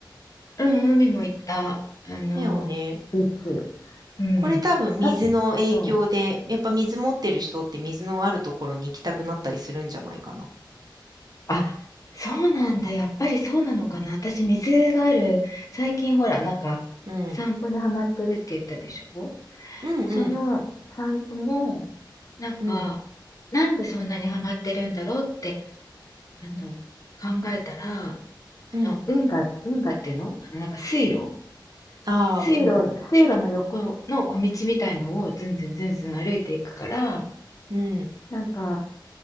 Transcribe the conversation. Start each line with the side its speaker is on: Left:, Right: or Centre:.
Left: 海も行った。あの、
Right: だよね。
Left: ビーチ。うん。
Right: これ多分水の影響で、
Left: あ、そう。
Right: やっぱ水持ってる人って水のあるところに行きたくなったりするんじゃないかな。
Left: あ、そうなんだ。やっぱりそうなのかな。私、水がある、最近ほら、なんか、
Right: うん。
Left: 散歩にハマってるって言ったでしょ
Right: うんうん。
Left: その散歩も、なんか、
Right: うん。
Left: なんでそんなにハマってるんだろうって、あの、考えたら、その、
Right: うん。
Left: 運河、運河っていうのあの、なんか水路
Right: ああ、
Left: 水路、
Right: うん。
Left: 水路の横の小道みたいのをずんずんずんずん歩いていくから、
Right: うん。
Left: なんか、